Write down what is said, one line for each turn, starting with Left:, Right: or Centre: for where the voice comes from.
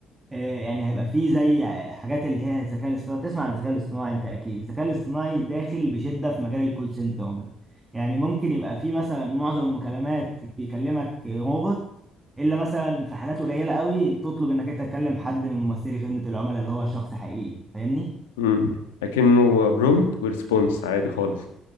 Right: آه، يعني هيبقى فيه زي حاجات اللي هي الذكاء الاصطناعي تسمع عن الذكاء الاصطناعي انت اكيد الذكاء الاصطناعي داخل بشدة في مجال الكول سنتر ده يعني ممكن يبقى فيه مثلا معظم المكالمات بيكلمك روبوت الا مثلا في حالات قليلة قوي تطلب انك انت تكلم حد من ممثلي خدمة العملاء اللي هو شخص حقيقي فاهمني
Left: مم. لكنه برومت وريسبونس عادي خالص